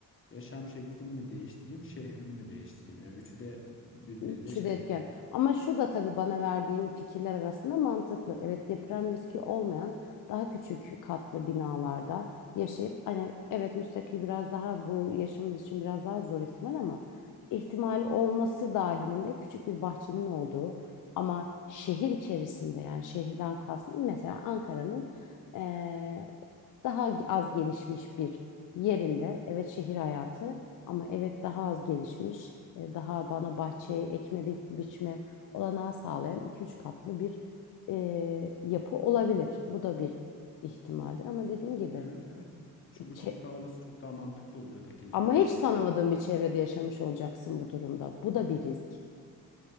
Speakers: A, on the left; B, on the left.
A: yaşam şeklimi mi değiştireyim, şehrimi mi değiştireyim? Yani üçü de birbiriyle
B: Üçü
A: şey.
B: de etken. Ama şu da tabii bana verdiğin fikirler arasında mantıklı. Evet deprem riski olmayan daha küçük katlı binalarda yaşayıp hani evet müstakil biraz daha bu yaşımız için biraz daha zor ihtimal ama ihtimal olması dahilinde küçük bir bahçenin olduğu ama şehir içerisinde yani şehirden kastım mesela Ankara'nın eee, daha az gelişmiş bir yerinde evet şehir hayatı ama evet daha az gelişmiş, e, daha bana bahçeye ekme bi- biçme olanağı sağlayan iki üç katlı bir e, yapı olabilir. Bu da bir ihtimaldir ama dediğim gibi
A: Evet evet. Şu, bu
B: çe-
A: çok daha olası, çok daha mantıklı olur ötekine
B: ama
A: göre.
B: hiç tanımadığın
A: Yani
B: bir çevrede yaşamış olacaksın bu durumda. Bu da bir risk.